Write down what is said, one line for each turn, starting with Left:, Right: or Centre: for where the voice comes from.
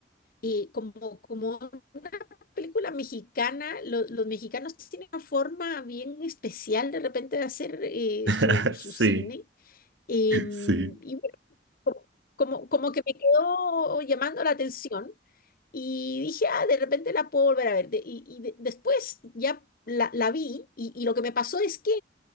Left: y como, como una película mexicana, lo- los mexicanos tienen una forma bien especial de repente de hacer eh,
Right: <laughs>
Left: su, su
Right: sí,
Left: cine. em,
Right: sí,
Left: y bueno, co- como, como que me quedó llamando la atención y dije, ah, de repente la puedo volver a ver. De- y y de- después ya la, la vi y, y lo que me pasó es que,